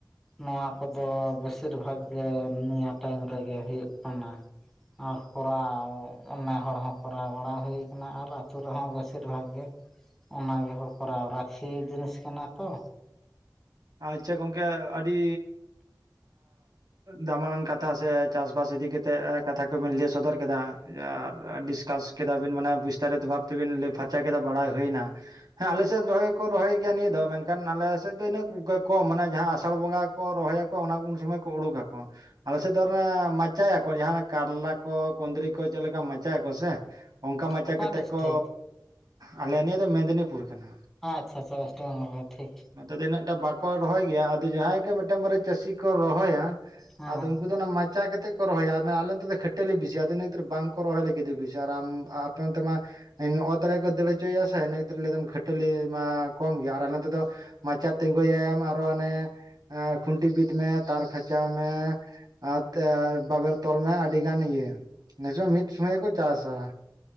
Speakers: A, in the centre; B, on the right.
A: ᱱᱚᱣᱟ ᱠᱚᱫᱚ ᱵᱮᱥᱤᱨ ᱵᱷᱟᱜᱽ ᱜᱮ ᱱᱤᱭᱟᱹ ᱴᱟᱭᱤᱢ ᱨᱮᱜᱮ ᱦᱩᱭᱩᱜ ᱠᱟᱱᱟ ᱟᱨ ᱠᱚᱨᱟᱣ ᱚᱱᱟ ᱦᱚᱲ ᱦᱚᱸ ᱠᱚᱨᱟᱣ ᱵᱟᱲᱟ ᱦᱩᱭᱩᱜ ᱟᱨ ᱟᱹᱛᱳ ᱨᱮᱦᱚᱸ ᱵᱮᱥᱤᱨ ᱵᱷᱟᱜᱽ ᱜᱮ ᱚᱱᱟ ᱜᱮᱦᱚᱸ ᱠᱚᱨᱟᱣ ᱨᱟᱠᱷᱤ ᱡᱤᱱᱤᱥ ᱠᱟᱱᱟ ᱛᱚ
B: ᱟᱪᱪᱷᱟ ᱜᱚᱢᱠᱮ ᱟᱹᱰᱤ ᱫᱟᱢᱟᱱᱟᱱ ᱠᱟᱛᱷᱟ ᱥᱮ ᱪᱟᱥᱵᱟᱥ ᱤᱫᱤ ᱠᱟᱛᱮᱜ ᱠᱟᱛᱷᱟ ᱠᱚᱵᱤᱱ ᱞᱟᱹᱭ ᱥᱚᱫᱚᱨ ᱠᱮᱫᱟ ᱟᱨ ᱰᱤᱥᱠᱟᱥ ᱠᱮᱫᱟ ᱵᱤᱱ ᱢᱟᱱᱮ ᱵᱤᱥᱛᱟᱨᱤᱛ ᱵᱷᱟᱵᱽᱼᱼ ᱛᱮᱵᱤᱱ ᱞᱟᱹᱭ ᱯᱷᱟᱨᱪᱟ ᱠᱮᱫᱟ ᱵᱟᱲᱟᱭ ᱦᱩᱭᱱᱟ ᱦᱮ ᱟᱞᱮᱥᱮᱫ ᱨᱚᱦᱚᱭ ᱠᱚ ᱨᱚᱦᱚᱭ ᱜᱮᱭᱟ ᱱᱤᱭᱟᱹ ᱫᱚ ᱢᱮᱱᱠᱷᱟᱱ ᱟᱞᱮ ᱥᱮᱼᱼ ᱥᱮᱫ ᱫᱚ ᱤᱱᱟᱹᱜ ᱠᱚᱢ ᱢᱟᱱᱮ ᱡᱟᱦᱟ ᱟᱥᱟᱲ ᱵᱚᱸᱜᱟ ᱠᱚ ᱨᱚᱦᱚᱭ ᱟᱠᱚ ᱚᱱᱟ ᱩᱱ ᱥᱚᱢᱚᱭ ᱠᱚ ᱩᱰᱩᱠ ᱟᱠᱚ ᱟᱞᱮ ᱥᱮᱫ ᱫᱚ ᱢᱟᱪᱟᱭᱟᱠᱚ ᱡᱟᱦᱟᱸ ᱠᱟᱨᱞᱟ ᱠᱚ ᱠᱩᱸᱫᱽᱨᱤ ᱠᱚ ᱪᱮᱫ ᱞᱮᱠᱟ ᱢᱟᱪᱟᱭᱟᱠᱚ ᱥᱮ ᱚᱱᱠᱟ ᱢᱟᱪᱟ
A: ᱚᱠᱟ
B: ᱠᱟᱛᱮᱫ
A: ᱰᱤᱥᱴᱤᱠ
B: ᱠᱚ ᱟᱞᱮ ᱱᱤᱭᱟᱹ ᱫᱚ ᱢᱮᱫᱽᱱᱤᱯᱩᱨ ᱠᱟᱱᱟ
A: ᱟᱪᱪᱷᱟ ᱟᱪᱷᱟ ᱚᱭᱮᱥᱴ ᱵᱮᱝᱚᱞ ᱴᱷᱤᱠ
B: ᱱᱚᱛᱮ ᱫᱚ ᱤᱱᱟᱹᱜᱴᱟ ᱵᱟᱠᱚ ᱨᱚᱦᱚᱭ ᱜᱮᱭᱟ ᱟᱫᱚ ᱡᱟᱦᱟᱭ ᱠᱚ ᱢᱤᱫᱴᱟᱝ ᱵᱟᱨᱭᱟ ᱪᱟᱹᱥᱤ ᱠᱚ ᱨᱚᱦᱚᱭᱟ
A: ᱦᱮᱸ
B: ᱟᱫᱚ ᱩᱱᱠᱩ ᱫᱚ ᱚᱱᱟ ᱢᱟᱪᱟ ᱠᱟᱛᱮᱫ ᱠᱚ ᱨᱚᱦᱭᱟ ᱟᱞᱮ ᱱᱚᱛᱮ ᱫᱚ ᱠᱷᱟᱹᱴᱟᱹᱞᱤ ᱵᱤᱥᱤᱭᱟ ᱤᱱᱟᱹ ᱠᱷᱟᱹᱛᱤᱨ ᱵᱟᱝᱠᱚ ᱨᱚᱦᱚᱭ ᱞᱟᱹᱜᱤᱫ ᱵᱤᱥᱤ ᱟᱨ ᱟᱢ ᱟᱯᱮ ᱚᱱᱛᱮ ᱢᱟ ᱚᱛ ᱨᱮ ᱠᱚ ᱫᱟᱹᱲ ᱦᱚᱪᱚᱭᱮᱭᱟ ᱥᱮ ᱤᱱᱟᱹ ᱠᱷᱟᱹᱛᱤᱨ ᱞᱟᱹᱭ ᱫᱟ ᱠᱷᱟᱹᱴᱟᱹᱞᱤ ᱢᱟ ᱠᱚᱢ ᱜᱮᱭᱟ ᱟᱨᱞᱮ ᱱᱚᱛᱮ ᱫᱚ ᱢᱟᱪᱟ ᱛᱤᱸᱜᱩᱭᱟᱭ ᱟᱨᱚ ᱮ ᱠᱷᱩᱱᱴᱤ ᱵᱤᱫ ᱢᱮ ᱢᱟᱪᱟᱣ ᱢᱮ ᱟᱨ ᱵᱟᱵᱮᱨ ᱛᱚᱞ ᱢᱮ ᱟᱹᱰᱤ ᱜᱟᱱ ᱤᱭᱟᱹ ᱱᱤᱡᱩᱢ ᱢᱤᱫ ᱥᱚᱢᱚᱭ ᱠᱚ ᱪᱟᱥᱟ